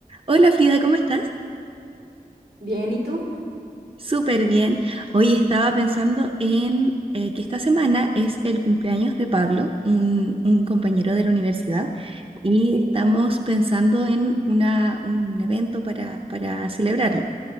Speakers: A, on the right (about 35°); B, on the right (about 80°).
A: Hola Frida, ¿cómo estás?
B: Bien, ¿y tú?
A: Súper bien. Hoy estaba pensando en eh, que esta semana es el cumpleaños de Pablo, un, un compañero de la universidad, y
B: Sí.
A: estamos pensando en una, un evento para, para celebrarlo.